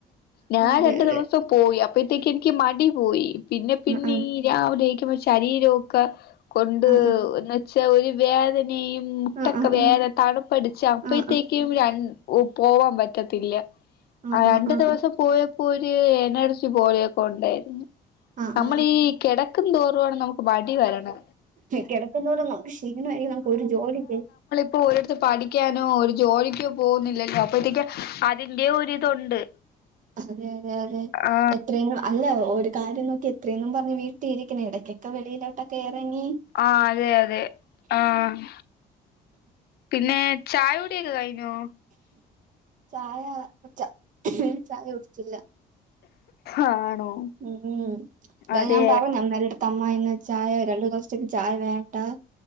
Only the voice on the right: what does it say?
ആ, അതെ
അതെ
ആ ആ
ആ
ആ ആ ആ
ആ ആ ആ
ആ
ആ
ആ ആ
ആ
കെടക്കും തോറും നമുക്ക് ക്ഷീണായിരിക്കും നമുക്ക് ഒരു ജോലി ചെ
അതെ അതെ അതെ
എത്രയിനാ അല്ല ഒരു കാര്യം നോക്കി എത്രയാന്നും പറഞ്ഞ് വീട്ടിൽ ഇരിക്ക്‌ന്നെ എടക്കെക്ക വെളിയിലോട്ടൊക്കെ എറങ്ങി
ചായ ച്ച ചായ കുട്ച്ചില്ല
ഉം ഉം തെ
ഞാൻ പറഞ്ഞ് അമ്മേട്ത്ത് അമ്മ ഇന്ന് ചായ രണ്ടു ദിവസത്തേക്ക് ചായ വേണ്ടാ